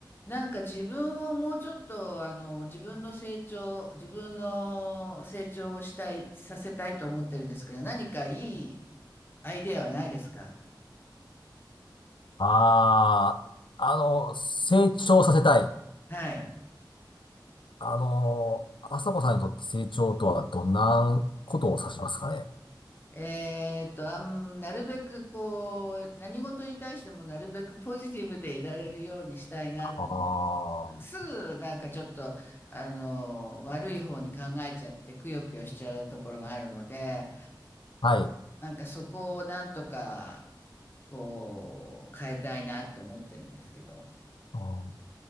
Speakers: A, on the left (about 25°); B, on the left (about 90°).
A: なんか自分をもうちょっと、あの、自分の成長、自分の成長をしたい、させたいと思ってるんですけど、何かいいアイデアはないですか
B: ああ、あの、成長させたい。
A: はい。
B: あの、朝子さんにとって成長とはどんなことを指しますかね。
A: えーっと、あん、なるべくこう、何事に対してもなるべくポジティブでいられるようにしたいなと思って、
B: ああ、
A: すぐなんかちょっと、あの、悪い方に考えちゃって、くよくよしちゃうところがあるので、
B: はい。
A: なんかそこをなんとか、こう、変えたいなって思ってるんですけど。
B: あー